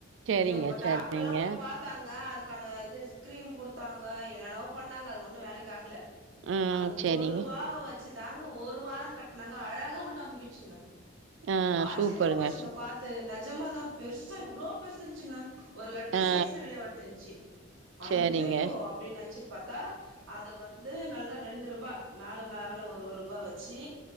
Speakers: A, on the right (about 65°); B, on the right (about 85°).
A: சரிங்க,
B: இவ இப்ப
A: சரிங்க.
B: டாக்டர் எல்லா போய் பாத் பாங்க அதுக்கான இது ஸ்கிரீம் குடுத்தாங்க என்னென்னவோ பண்ணாங்க அது ஒண்ணு வேலைக்கு ஆகுல
A: ம்
B: அந்த
A: சரிங்க.
B: ஒருபா வ ச்சு தாங்க ஒரு வார கட்னாங்க அழகா உள்ள அமங்கிச்சுங்க
A: ஆ
B: ஆச்சரியமா
A: சூப்பருங்க.
B: போச்சுங்க
A: சு
B: பாத்து நஜமாதா பெருசா இவ்ளோ பெருசு இருச்சுங்க ஒரு லட்டு
A: ஆ
B: சைஸ்ல வெளிய வந்ட்டுன்ச்சு
A: சரிங்க.
B: ஐயய்யோ அப்டின்னு நெனச்சிட் பாத்தா அது வந்து நல்லா ரெண்டு ருபா மேல மேல ஒரு ஒரு ருபா வச்சி